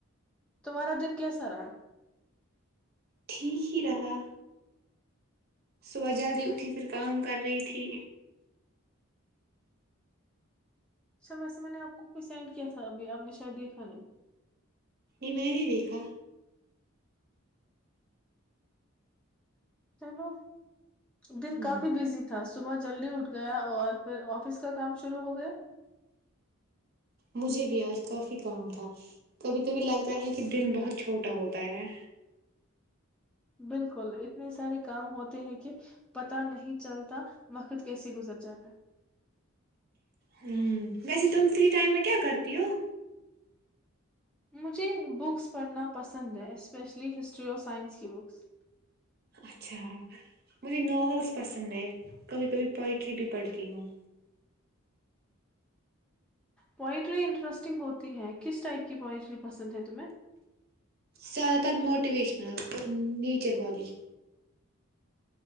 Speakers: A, in the centre; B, on the right.
A: تمہارا دن کیسا رہا
B: ٹھیک ہی رہا صبح جلدی اٹھی پھر کام کر رہی تھی
A: اچھا ویسے میں نے آپ کو کچھ اینڈ کیا تھا ابھی آپ نے شاید دیکھا نہیں
B: نہیں میں نے نہیں دیکھا
A: چلو دن
B: ہوں
A: کافی بزی تھا صبح جلدی اٹھ گیا اور پھر آفس کا کام شروع ہو گیا
B: مجھے بھی آج کافی کام تھا کبھی کبھی لگتا ہے کہ دن بہت چھوٹا ہوتا ہے
A: بالکل اتنے سارے کام ہوتے ہیں کہ پتہ نہیں چلتا وقت کیسے گزر جاتا ہے
B: ہ ویسے تم فری ٹائم میں کیا کرتے کرتی ہو
A: مجھے بکس پڑھنا پسند ہے اسپیشلی ہسٹری اورف سائنس کی بکس
B: اچھا مجھے ناولس پسند ہے کبھی کبھی پوئٹری بھی پڑھتی ہوں
A: پوئٹری انٹرسٹنگ ہوتی ہے کس ٹائپ کی پوئٹری پسند ہے تمہیں
B: زیادہ تر موٹیویشنل اور نیچر والی